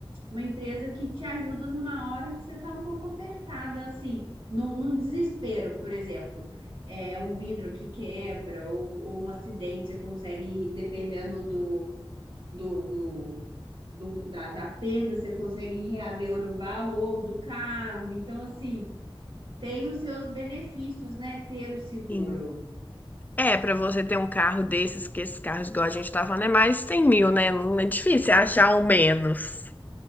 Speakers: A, on the right (about 65°); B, on the left (about 20°).
A: uma empresa que te ajuda numa hora que você está um pouco apertada, assim, num, num desespero, por exemplo. É um vidro que quebra ou, ou um acidente, você consegue, dependendo do, do, do- do- da, da perda, você consegue reaver o valor do carro. Então, assim. Tem os seus benefícios, né? Ter o seguro.
B: Sim. É, pra você ter um carro desses, que esses carros, igual a gente tá falando, é mais 100 mil, né? Não é difícil achar um menos.